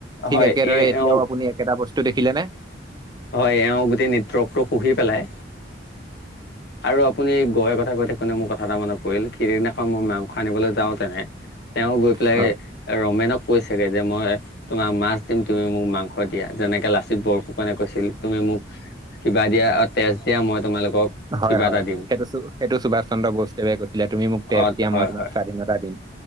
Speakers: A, on the right; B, on the left.
A: ঠিক
B: হয়
A: একেদৰে
B: এ
A: এতিয়াও
B: এওঁ
A: আপুনি একেটা বস্তু দেখিলে নে?
B: হয় এওঁ গোটেই নেটৱৰ্কটো খুহি পেলাই। আৰু আপুনি গৈ <unintelligible> মোৰ কথা এটা মানত পৰিল সেইদিনা মই মাংস আনিবলৈ যাওঁ তেনে, তেওঁ গৈ পেলাই
A: হয়
B: ৰমেনক কৈছেগে যে মই তোমাক মাছ দিম তুমি মোক মাং স দিয়া যেনেকে লাচিত বৰফুকনে কৈছিল তুমি মোক কিবা দিয়া অ' তেজ দিয়া মই তোমালোকক
A: হয়
B: কিবা
A: হয়
B: এটা দিম
A: সেইটো সু সেইটো সুভাষ চন্দ্ৰ বসুদেৱে কৈছিলে তুমি মোক তেজ
B: অ
A: দিয়া
B: হয়
A: মই তোমাক
B: হয়
A: স্বাধীনতা দিম।